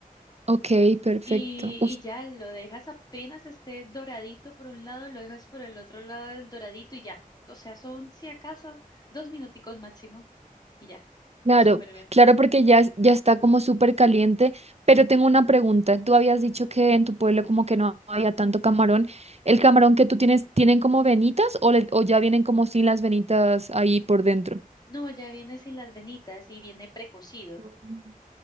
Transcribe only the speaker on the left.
Y, y ya lo dejas apenas esté doradito por un lado, lo dejas por el otro lado del doradito y ya. O sea, son si acaso dos minuticos máximo y ya.
Súper bien.
No, ya viene sin las venitas y viene precocido.